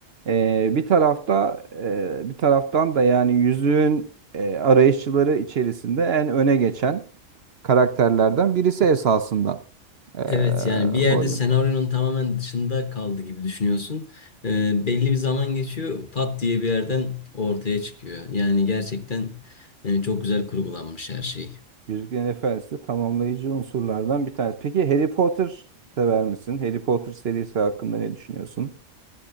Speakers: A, on the right; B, on the left.
A: e, bir tarafta e, bir taraftan da yani yüzüğün e, arayışçıları içerisinde en öne geçen karakterlerden birisi esasında e,
B: Evet yani bir yerde
A: Gollum.
B: senaryonun tamamen dışında kaldı gibi düşünüyorsun. Ee, belli bir zaman geçiyor pat diye bir yerden ortaya çıkıyor. Yani gerçekten e, çok güzel kurgulanmış her şey.
A: Yüzüklerin Efendisi de tamamlayıcı unsurlardan bir tanesi. Peki Harry Potter sever misin? Harry Potter serisi hakkında ne düşünüyorsun?